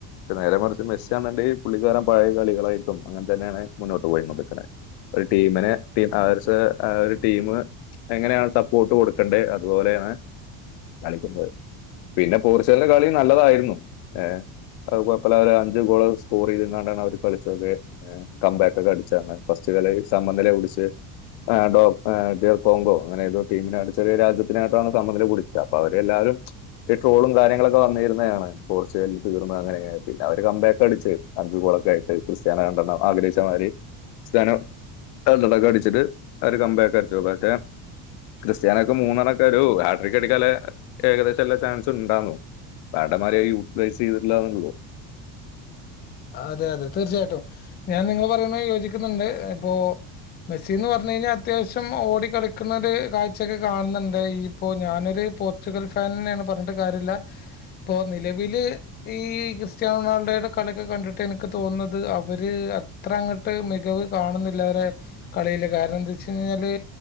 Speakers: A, on the left; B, on the left.
A: പെ നേരെ മറിച്ച് മെസ്സിന്നുണ്ട ഈ പുള്ളിക്കാരൻ പഴയ കളികളായിട്ടും അങ്ങനെ തന്നെയാണ് മുന്നോട്ട് പോയി കൊ നിടുക്കണെ ഒരു ടീമിന് ടീം അവർക്ക് ഒരു ടീം എങ്ങനെയാണ് സപ്പോർട്ട് കൊടുക്കേണ്ടത് അതുപോലെ ആണ് കളിക്ക പിന്നെ പോർച്ചുഗലിന്റെ കളി നല്ലതായിരുന്നു ഏ അപ്പല് അവര് അഞ്ച് ഗോള് സ്കോർ ചെയ്തോണ്ടാണ് അവര് കളിച്ചത്തക്കെ കംബാക്ക് ഒക്കെ ആണ് ഫസ്റ്റ് കളി സമനില പിടിച്ച്
B: <inaudible>
A: ആ ഡോ ഏ കാർഡിയോ കോങ്കോ അങ്ങനെ ഏതോ ടീമിനായിട്ട് ചെറിയ രാജ്യത്തിനായിട്ടാണ് സമനില കുടിച്ച അപ്പ അവര് എല്ലാവരും ഈ ട്രോളും കാര്യങ്ങളൊക്കെ വന്നിരുന്നയാണ് പോർച്ചുഗലിൽ തീർന്ന് അങ്ങനെ പിന്നെ അവര് കമ്പേക്ക അടിച്ച് അഞ്ചു ഗോളൊക്കെ ആയിട്ട് ക്രിസ്ത്യാന രണ്ടെണ്ണം ആഗ്രഹിച്ച മാതിര് സ്റ്റെനോ അള്കളേക്ക അടിച്ചിട്ട് അവര് കമ്പേക്കെ അടിച്ചു പക്ഷെ ക്രിസ്ത്യാനെക്ക് മൂന്നാലൊക്കെ ഒരു ഹാട്രിക്കടിക്കാലെ ഏകദേശംല്ലേ ചാൻസ് ഉണ്ടാകൂ മണ്ടമാര് യൂട്ടിലൈസെയ്തിട്ടില്ലാ ന്നെല്ലേള്ളു
B: അതെ അതെ തീർച്ചയായിട്ടും ഞാൻ നിങ്ങള്പറയുന്ന യോജി ക്കുന്നുണ്ട് ഇപ്പോ മെസ്സീന്ന് പറഞ്ഞ്കഴിഞ്ഞാ അത്യാവശ്യം ഓടികളിക്കുന്നത് കാഴ്ചൊക്കെ കാണ നന്തായി ഇപ്പോ ഞാനൊരു പോർച്ചുഗൽ ഫാൻനെയാണ് പറഞ്ഞിട്ട് കാര്യല്ല ഇപ്പൊ നിലവില് ഈ ക്രിസ്ത്യൻ റൊണാൾഡോയുടെ കളിയൊക്കെ കണ്ടിട്ട് എനിക്ക് തോന്നുന്നത് അവര് അത്ര അങ്ങട്ട് മികവ് കാണുന്നില്ല അവരെ കളി അയ്ല് കാരണം എന്താച്ച് കഴിഞ്ഞാല്